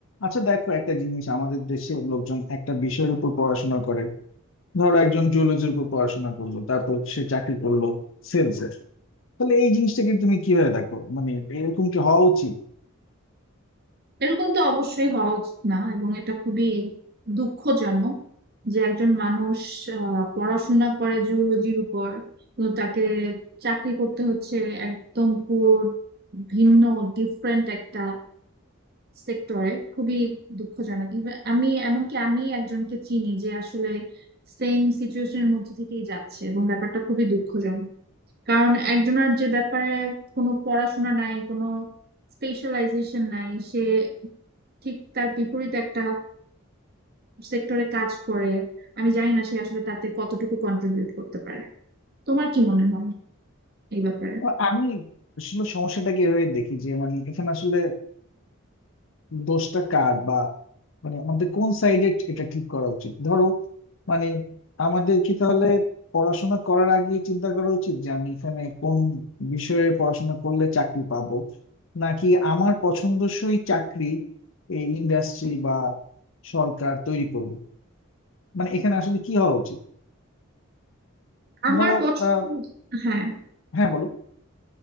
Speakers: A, on the left; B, on the right.
A: আচ্ছা দেখো একটা জিনিস আমাদের দেশের লোকজন একটা বিষয়ের উপর পড়াশোনা করে ধরো একজন জুলজির উপর পড়াশোনা করলো তারপর সে চাকরি করলো সেলস এর তাহলে এই জিনিসটাকে তুমি কিভাবে দেখো মানে এরকম কি হওয়া উচিত
B: এরকম তো অবশ্যই হওয়া উচিত না এবং এটা খুবই দুঃখজনক যে একজন মানুষ আহ, পড়াশোনা করে জুওলজির উপর কিন্তু তাকে চাকরি করতে হচ্ছে একদম পুরো ভিন্ন ডিফারেন্ট একটা সেক্টরে খুবই দুঃখজনক Even আমি এমনকি আমি একজনকে চিনি যে আসলে সেম সিচুয়েশনের মধ্যে থেকেই যাচ্ছে এবং ব্যাপারটা খুবই দুঃখজনক কারণ একজনের যে ব্যাপারে কোনো পড়াশোনা নাই কোনো স্পেশালাইজেশন নাই সে ঠিক তার বিপরীত একটা সেক্টরে কাজ করে আমি জানি না সে আসলে তাতে কতটুকু কন্ট্রিবিউট করতে পারে তোমার কি মনে হয় এই ব্যাপারে
A: আ- আমি আসলে সমস্যাটাকে এভাবে দেখি যে মানে এখানে আসলে দোষটা কার বা মানে আমাদের কোন সাইডে এটা ঠিক করা উচিত ধরো মানে আমাদের কি তাহলে পড়াশোনা করার আগে চিন্তা করা উচিত যে আমি এখানে কোন বিষয়ে পড়াশোনা করলে চাকরি পাবো নাকি আমার পছন্দসই চাকরি এই ইন্ডাস্ট্রি বা সরকার তৈরি করবে মানে এখানে আসলে কি হওয়া উচিত
B: আমার
A: ধরো
B: পছন্দ
A: আহ
B: হ্যাঁ
A: হ্যাঁ বলো